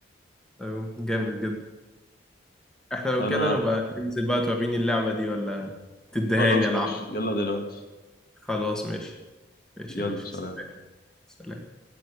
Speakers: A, in the centre; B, on the left.
A: أيوه، جامد جدا إحنا لو
B: أنا
A: كده نبقى ننزل بقى توريني اللعبة دي ولا تدهاني
B: خلاص
A: ألعب
B: ماشي يلا دلوقتي
A: خلاص ماشي ماشي
B: يلا
A: يا باشا
B: سلام
A: سلام